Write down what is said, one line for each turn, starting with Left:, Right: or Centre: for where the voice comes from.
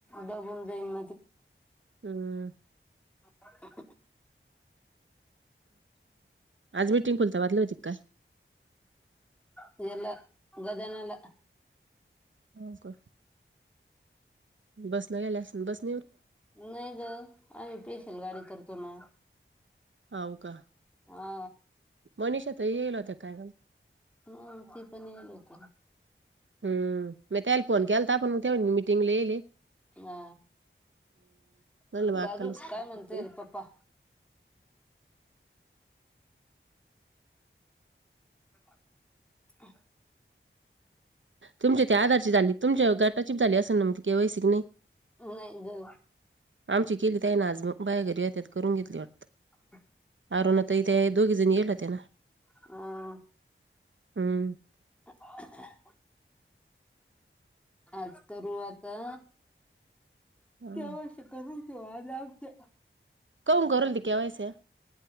Centre: दबून जाईन
Right: हम्
Centre: ल
Right: आज मीटिंग खुलताबादला होती का
Centre: ग यला ध्यान
Right: हो का बस न गेल्या अस बस
Centre: नाही ग आम्ही स्पेशल गाडी करतो ना
Right: होव का
Centre: हा
Right: मनिषाताई येईल होता काय
Centre: ह ते पण लोक
Right: हम् म त्या फोन केलता आपण मीटिंग लले
Centre: ह
Right: म्हणलं
Centre: अ
Right: मग अक्काला
Centre: दादू काय म्हणतेरपपा <inaudible>
Right: तुमचे ते आधारची झाली तुमचे गटाची भी झाली असेन ना मग के वाय सी की नही
Centre: नाही ग
Right: आमची केली त हेना आज मग बाया घरी येत्यात करून घेतली वाटतं
Centre: <inaudible>
Right: होना ताई ते दोघी झणी येल व्हत्या ना
Centre: हं
Right: हम्म
Centre: <inaudible> आज करु आता
Right: हा
Centre: केव्हाशे कमी क आज लावते
Right: कऊ करल ते केवायस्या